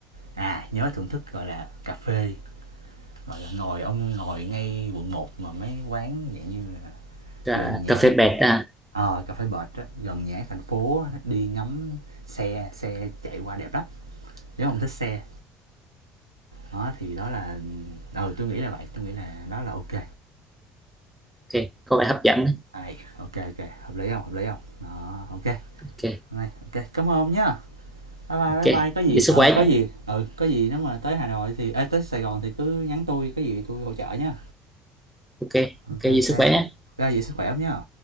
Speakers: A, on the right; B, in the centre.
A: à nhớ thưởng thức gọi là cà phê gọi là ngồi ông ngồi ngay quận một mà mấy quán dạng như là
B: Cà,
A: gần nhà
B: cà phê
A: hát
B: bẹt
A: thành
B: à
A: ờ à, cà phê bệt á gần nhà hát thành phố á, đi ngắm xe xe chạy qua đẹp lắm nếu ông thích xe đó thì đó là ừ tôi nghĩ là vậy tôi nghĩ là đó là ok
B: ok có vẻ hấp dẫn đấy
A: Hay, ok ok, hợp lý không? Hợp lý không? Đó, ok.
B: ok
A: Này, ok, cảm ơn nhá. Bye bye,
B: ok
A: bye bye, có gì
B: giữ sức
A: ờ,
B: khỏe
A: có gì ừ, có gì nếu mà tới Hà Nội thì ê, tới Sài Gòn thì cứ nhắn tôi, có gì tôi hỗ trợ nha.
B: ok ok
A: Ok,
B: giữ
A: ok.
B: sức khỏe nhé
A: Ra vậy sức khỏe hông nhá.